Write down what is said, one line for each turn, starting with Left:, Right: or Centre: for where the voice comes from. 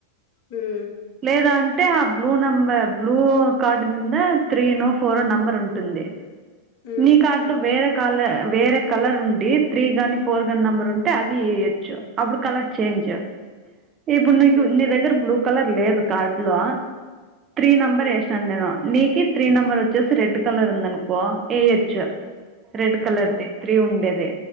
Left: మ్మ్ మ్మ్
Right: లేదా అంటే ఆ బ్లూ నంబర్ బ్లూ కార్డు మీద త్రీ నో ఫోరో నంబర్ ఉంటుంది
Left: మ్మ్ మ్మ్ మ్మ్ మ్మ్ మ్మ్ మ్మ్ మ్మ్ మ్మ్ మ్మ్ మ్మ్ మ్మ్ మ్మ్ మ్మ్ మ్మ్ మ్మ్
Right: నీ కార్డు వేరే కాల వేరే కలర్ ఉండి త్రీ గాని ఫోర్ గాని నంబర్ ఉంటే అది వేయచ్చు అప్పుడు కలర్ చెంజ్ ఇప్పుడు నీకు నీ దగ్గర బ్లూ కలర్ లేదు కార్డ్ లో త్రీ నెంబర్ వేసినాను నేను నీకి త్రీ నెంబర్ వచ్చేసి రెడ్ కలర్ ఉంది అనుకో ఏ చ్ రెడ్ కలర్ది త్రీ ఉండేది